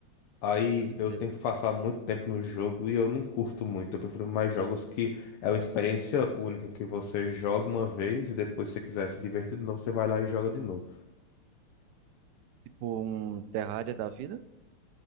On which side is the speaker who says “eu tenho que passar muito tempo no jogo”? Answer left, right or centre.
Left